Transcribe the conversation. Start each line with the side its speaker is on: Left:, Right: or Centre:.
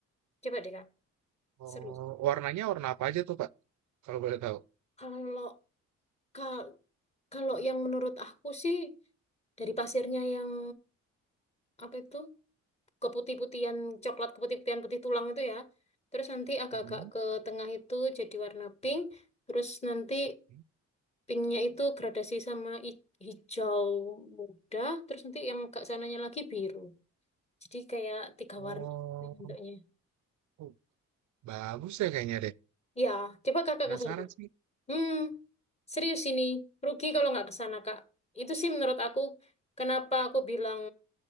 Left: Coba deh kak,
Right: Oh,
Left: seru.
Right: warnanya warna apa aja tuh, Pak? Kalau boleh tahu.
Left: Kalau ka- kalau yang menurut aku sih dari pasirnya yang apa itu keputih-putihan coklat keputih-putihan putih tulang itu ya. Terus nanti agak-agak
Right: Mhm.
Left: ke tengah itu jadi warna pink. Terus nanti
Right: Mhm.
Left: Pinknya itu gradasi sama i- hijau muda, terus nanti yang agak sananya lagi biru. Jadi kayak tiga
Right: Oh,
Left: warna gitu bentuknya.
Right: oh, bagus ya kayaknya deh.
Left: Ya, coba kakak
Right: Penasaran
Left: ke sana.
Right: sih.
Left: Hmm, serius ini. Rugi kalau nggak ke sana, Kak. Itu sih menurut aku, kenapa aku bilang